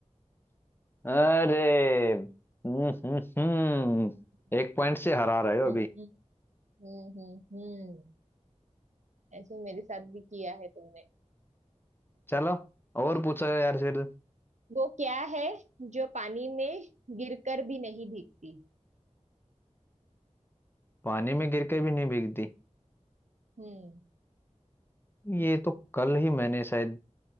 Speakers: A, on the left; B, on the right.
A: अरे हम्म हम्म हम्म,
B: हम्म
A: एक पॉइंट से हरा रहे हो अभी
B: हम्म हम्म हम्म हम्म, हम्म। ऐसे मेरे साथ भी किया है तुमने
A: चलो और
B: <laughs>
A: पूछा यार फिर
B: वो क्या है जो पानी में गिरकर भी नहीं भीगती
A: पानी में गिर के भी नहीं भीगती
B: हम्म
A: ये तो कल ही मैंने शायद